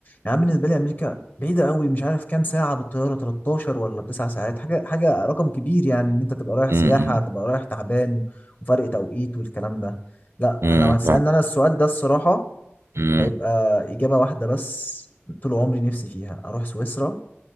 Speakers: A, on the left; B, on the right.
A: يعني أنا بالنسبه لي امريكا بعيده قوي مش عارف كام ساعه بالطياره 13 ولا 9 ساعات حاجه حاجه رقم كبير يعني ان انت تبقى رايح
B: امم
A: سياحه تبقى رايح تعبان وفرق توقيت والكلام ده لا
B: امم
A: انا لو هتسالني
B: فاهم.
A: انا السؤال ده الصراحه
B: أمم.
A: هيبقى اجابه واحده بس طول عمري نفسي فيها اروح سويسرا